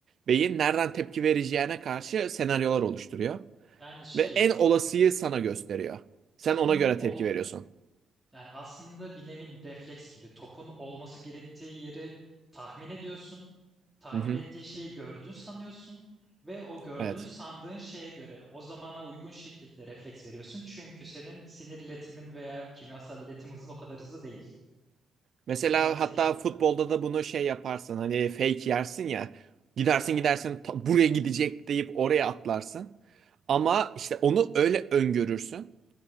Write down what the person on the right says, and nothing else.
beyin nereden tepki vereceğine karşı senaryolar oluşturuyor.
Ve en olasıyı sana gösteriyor. Sen
ona göre tepki
veriyorsun.
Hı hı,
evet.
Mesela
hatta
futbolda
da bunu şey yaparsın. Hani fake yersin ya. Gidersin
gidersin ta- buraya gidecek deyip oraya atlarsın. Ama işte onu öyle öngörürsün.